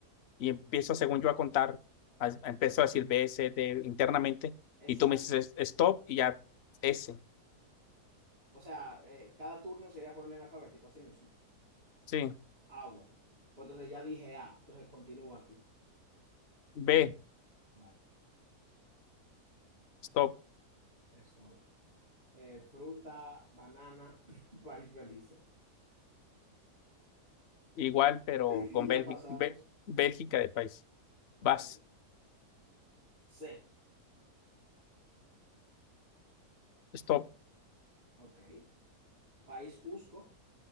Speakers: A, on the left; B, on the right.
A: y empiezo según yo a contar, a- empiezo a decir B, C, D internamente
B: Exacto.
A: y tú me dices es- stop y ya S,
B: O sea, eh, cada turno sería por orden alfabético, así mismo.
A: sí,
B: Ah, bueno. Pues entonces ya dije A, entonces continúo aquí.
A: B,
B: Vale,
A: stop,
B: esto. ¿no? Eh, fruta, banana, <laughs> país Belice.
A: igual pero
B: <laughs> Que
A: con
B: Ya
A: Bélgica,
B: pasamos.
A: Bé- Bélgica de país,
B: Ok.
A: vas,
B: C,
A: stop.
B: ok. País Cusco,